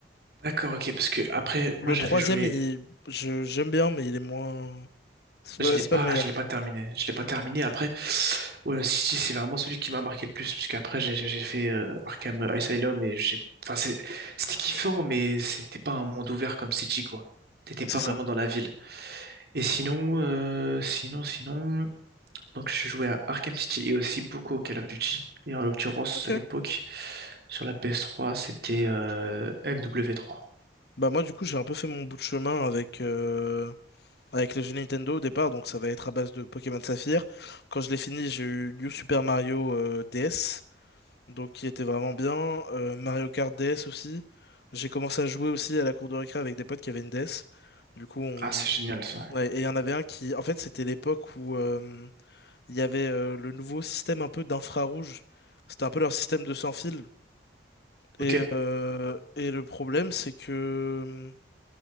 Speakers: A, on the right; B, on the left.
A: D'accord, ok, parce que après,
B: Le
A: moi j'avais
B: troisième,
A: joué
B: il... je... j'aime bien, mais il est moins... C'est
A: Je
B: pas...
A: l'ai
B: c'est
A: pas,
B: pas le meilleur.
A: je l'ai pas terminé. Je l'ai pas terminé. Après, ouais, City, c'est vraiment celui qui m'a marqué le plus, parce qu'après, j'ai j'ai- j'ai fait euh, Arkham Asylum et j'ai, enfin, c'est- c'était kiffant, mais c'était pas un monde ouvert comme City, quoi. T'étais pas
B: C'est ça.
A: vraiment dans la ville. Et sinon, euh, sinon, sinon, donc je jouais à Arkham City et aussi beaucoup au Call of Duty. Et en l'occurrence,
B: Ok.
A: à l'époque, sur la ps trois c'était euh, mw trois
B: Bah moi, du coup, j'ai un peu fait mon bout de chemin avec... euh, Avec les jeux Nintendo au départ, donc ça va être à base de Pokémon Saphir. Quand je l'ai fini, j'ai eu New Super Mario euh, DS. donc qui était vraiment bien. Euh, Mario Kart DS aussi. J'ai commencé à jouer aussi à la cour de récré avec des potes qui avaient une DS. Du coup, on...
A: Ah, c'est génial ça.
B: ouais, et il y en avait un qui, en fait, c'était l'époque où euh, il y avait euh, le nouveau système un peu d'infrarouge. C'était un peu leur système de sans fil.
A: Ok.
B: Et, euh, et le problème, c'est que